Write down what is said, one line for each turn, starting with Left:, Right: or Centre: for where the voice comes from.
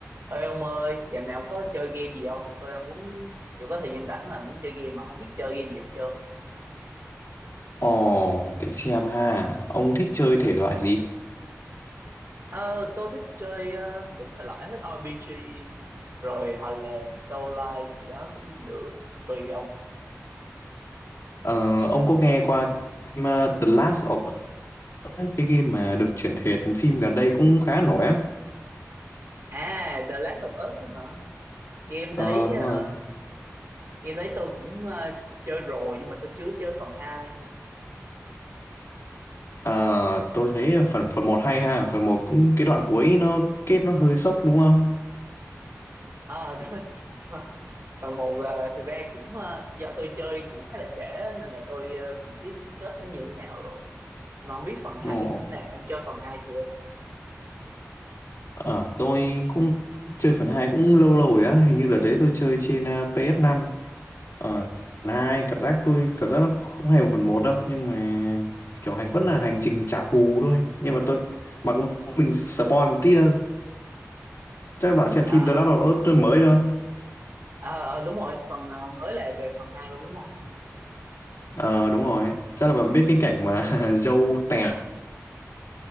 Right: Ê ông ơi, giờ nào có chơi game gì không? Tôi đang muốn kiểu có thời gian rảnh mà muốn chơi game mà không biết chơi game gì hết trơn.
Left: Ồ, để xem ha. Ông thích chơi thể loại gì?
Right: Ờ, tôi thích chơi ờ, đủ thể loại hết RPG rồi hoặc là Soul Like gì đó cũng được, tùy ông.
Left: Ờ, ông có nghe qua game, uh, The Last of Us, ấy, cái game mà được chuyển thể thành phim gần đây cũng khá nổi á.
Right: À, The Last of Us á hả? Game đấy
Left: Ờ, đúng
Right: ờ,
Left: rồi.
Right: game đấy tôi cũng ờ, chơi rồi nhưng mà tôi chưa chơi phần hai.
Left: Ờ, tôi thấy phần phần một hay ha. Phần một cũng cái đoạn cuối nó kết nó hơi sốc đúng không?
Right: À, <laughs> tôi, phần một ờ, thực ra cũng ờ, do tôi chơi cũng khá là trễ á, nên là tôi ờ, cũng biết cái kết nó như thế nào rồi mà không biết phần hai
Left: Ồ,
Right: nó như thế nào ông chơi phần hai chưa
Left: ờ, tôi cũng chơi phần 2 cũng lâu lâu rồi á. Hình như đợt đấy tôi chơi trên uh, ps năm. Ờ, hai cảm giác tôi cảm giác nó không hay một phần một đâu nhưng mà kiểu hành vẫn là hành trình trả thù thôi nhưng mà tôi mà cũng mình spoil một tí đâu chắc là bạn xem
Right: à,
Left: phim The Last of Us mới thôi
Right: à, ờ, đúng rồi phần ờ, mới là về phần hai luôn đúng không
Left: ờ đúng rồi chắc là bạn biết cái cảnh mà <laughs> dâu tèo